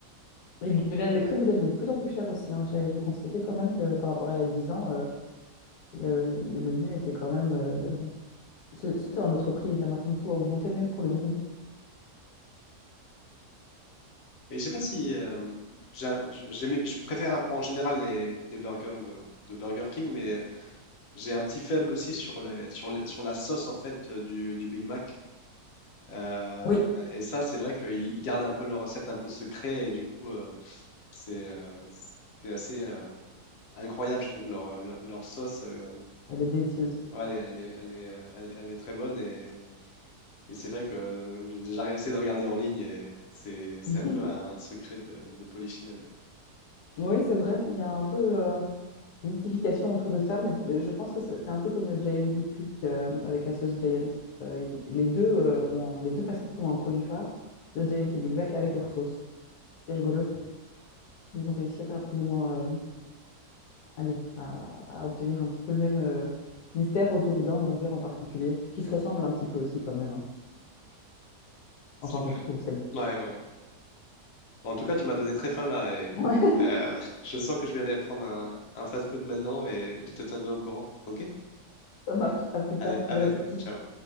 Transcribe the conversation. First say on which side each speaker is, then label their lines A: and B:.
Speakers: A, on the left (about 75°); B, on the left (about 60°).
A: Ils deviennent- les prix deviennent de plus en plus chers aussi. hein. J'ai j'ai constaté quand même que par rapport à il y a 10 ans, euh, le- les menus étaient quand même... euh, c'est- C'était un autre prix. Là, maintenant, tout a augmenté, même pour le durum.
B: Et je sais pas si euh, j'a- j'aimais- je préfère un- en général les, les burgers de, de Burger King, mais j'ai un petit faible aussi sur les, sur les- sur la sauce en fait du, du Big Mac. Euh,
A: Oui.
B: et ça, c'est vrai qu'ils ils gardent un peu leur recette un peu secret et du coup, euh, c'est euh, c'est assez euh, incroyable, je trouve leur, leur, leur sauce. euh,
A: Elle est délicieuse.
B: ouais, elle est, elle est, elle est, euh, elle est- elle est très bonne et, et c'est vrai que j'ai déjà essayé de regarder en ligne et c'est c'est
A: <laughs>
B: un peu un secret de, de Polichinelle.
A: Oui, c'est vrai. Il y a un peu... euh, mystification autour de ça, mais euh, je pense que c'est c'est un peu comme le Giant du Quick euh, avec la sauce Giant. Euh, les deux, euh, ont, les deux fast-food ont un produit phare, le Giant et le Big Mac, avec leur sauce. C'est rigolo. Ils ont réussi à faire plus ou moins, euh, allez, à, à obtenir un petit peu le même euh, mystère autour d'un burger en particulier, qui se ressemble un petit peu aussi quand même. hein.
B: Super.
A: Enfin, je trouve, c'est le...
B: Ouais, ouais. Bon, en tout cas, tu m'as donné très faim là et
A: <laughs>
B: euh, <laughs> je sens que je vais aller prendre un, un fast-food maintenant et je te tiendrai au courant. Ok?
A: Ça marche. À plus
B: Allez,
A: tard.
B: à
A: Bon
B: bientôt.
A: appétit.
B: Ciao.